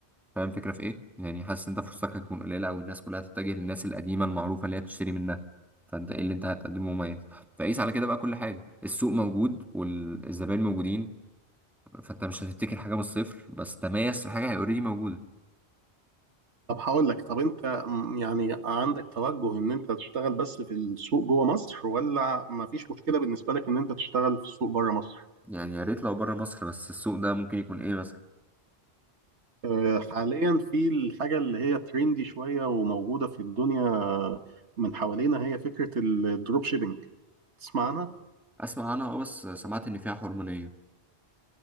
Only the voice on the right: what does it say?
طب هقول لك طب انت م- يعني عندك توجه ان انت تشتغل بس في السوق جوه مصر ولا ما فيش مشكله بالنسبه لك ان انت تشتغل في السوق بره مصر
آه، حاليا في الحاجه اللي هي تريندي شويه وموجوده في الدنيا من حوالينا هي فكره الدروب شيبينج تسمع عنها